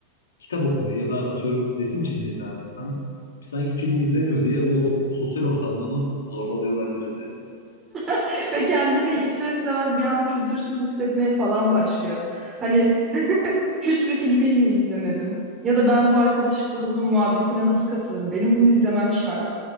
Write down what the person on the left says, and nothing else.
kitap okumayı ya da atıyorum resim çizmeyi seven bir insanı sanki film izlemiyor diye o sosyal ortamda onu zorbalıyor olabiliriz yani.